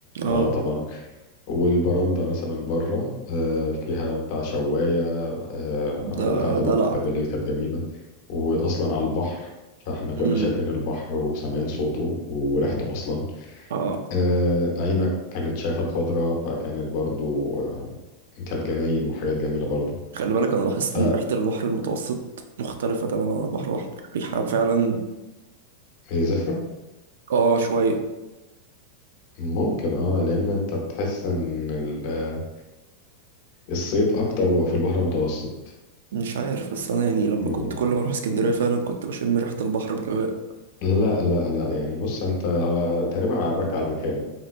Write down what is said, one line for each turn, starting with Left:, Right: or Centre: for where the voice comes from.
Right: اه
Left: اه طبعا والبرندة مثلا بره آه، فيها بتاع شواية آه،
Right: ده
Left: والقعدة برضو
Right: دلع
Left: كانت بالليل كانت جميلة وأصلا على البحر فاحنا كنا
Right: امم
Left: شايفين البحر وسامعين صوته وريحته أصلا
Right: اه آه.
Left: آه، عينك كانت شايفة الخضرة فكانت برضو آه، كانت جناين وحاجات جميلة برضو
Right: خلي بالك انا لاحظت
Left: ف
Right: ان ريحة البحر المتوسط مختلفة تماما عن البحر الاحمر ريحة فعلا
Left: هي زفرة
Right: اه شوية
Left: ممكن اه لأن أنت تحس إن ال- الصيد أكتر بقى في البحر المتوسط
Right: مش عارف بس انا يعني لما
Left: مم.
Right: كنت كل ما اروح اسكندرية فعلا كنت بشم ريحة البحر بجواء
Left: لا لا لا يعني بص أنت هو تقريبا عراك على المكان